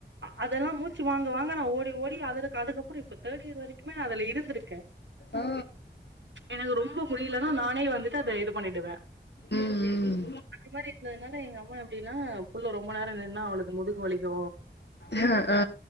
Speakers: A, on the right (about 80°); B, on the left (about 65°).
A: அதெல்லா மூச்சு வாங்க வாங்க நா ஓடி ஓடி அதுரக் அதுக்கப்றோ இப்ப தேர்ட் இயர் வரைக்குமே நா அதுல இருந்திருக்கே
B: ஆ
A: எனக்கு ரொம்ப முடியலன்னா நானே வந்து ட்டு அத இது பண்ணிடுவே
B: ம் ம்
A: அந்த மாரி இருந்ததுனால எங்கம்மா எப்டின்னா புள்ள ரொம்ப நேரோ நின்னா அவளுக்கு முதுகு வலிக்கு
B: அ ஆ